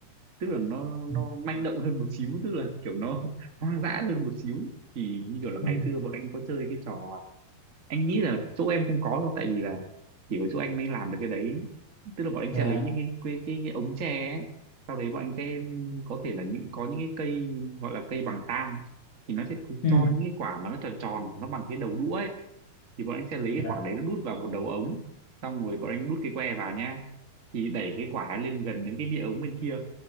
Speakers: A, on the right; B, on the left.
A: tức là nó nó
B: Ừ.
A: manh động hơn một xíu tức là kiểu nó <laughs> hoang dã hơn một xíu thì như kiểu là
B: ừ,
A: ngày xưa bọn anh có chơi cái trò anh nghĩ là chỗ em không có đâu tại vì là chỉ có chỗ anh mới làm được cái đấy tức là bọn anh
B: dạ
A: sẽ lấy những cái cái cái, cái ống tre ấy. sau đấy bọn anh sẽ có thể là những có những cái cây gọi là cây bằng tang thì nó sẽ cứ
B: ừ
A: cho những cái quả mà nó tròn tròn nó bằng cái đầu đũa ấy thì bọn anh sẽ lấy cái
B: dạ
A: quả đấy nó đút vào một đầu ống xong rồi bọn anh đút cái que vào nha thì đẩy cái quả lên gần đến cái miệng ống bên kia